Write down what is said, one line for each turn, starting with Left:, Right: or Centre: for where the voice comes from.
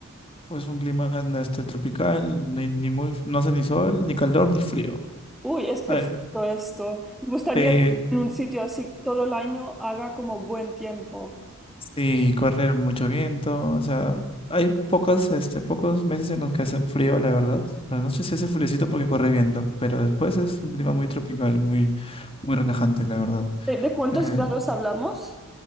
Left: es un clima en este, tropical, ni, ni muy, no hace ni sol, ni calor, ni frío.
Centre: Uy, es perfecto
Left: A ver,
Centre: esto. Me gustaría
Left: sí,
Centre: vivir en un sitio así que todo el año haga como buen tiempo.
Left: Sí, corre mucho viento, o sea, hay pocas, este, pocos meses en los que hace frío, la verdad. La noche sí hace friecito porque corre viento, pero después es un clima muy tropical, muy, muy relajante, la verdad.
Centre: ¿De, de cuántos
Left: Eh,
Centre: grados hablamos?